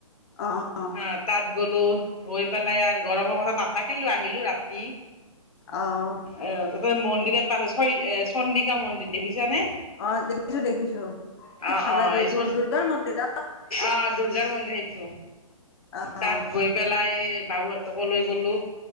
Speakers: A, on the left; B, on the left.
A: অ', অ'
B: অ' তাত গ'লো গৈ পেলাই আৰু গৰমৰ কথা নাথাকিলো আহিলো ৰাতি।
A: অ',
B: অ' তাতে মন্দিৰ এটা আছে চ এ চন্দিকা মন্দিৰ দেখিছানে?
A: অ' দেখিছো দেখিছো। কি
B: অ',
A: ভাল
B: অ'
A: লাগে এইটো
B: এই চ
A: দুৰ্গাৰ মন্দিৰত
B: অ দুূৰ্গাৰ মন্দিৰ সেইটো।
A: আহ',
B: তাত গৈ পেলাই বাবুহঁতক লৈ গ'লোঁ